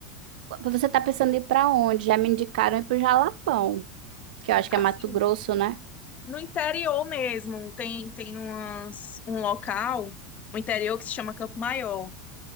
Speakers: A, on the right (about 60°); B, on the left (about 30°).
A: Você tá pensando em ir pra onde? Já me indicaram ir pro Jalapão, que eu acho que
B: Assim,
A: é Mato Grosso, né?
B: No interior mesmo, tem, tem umas, um local, o interior que se chama Campo Maior.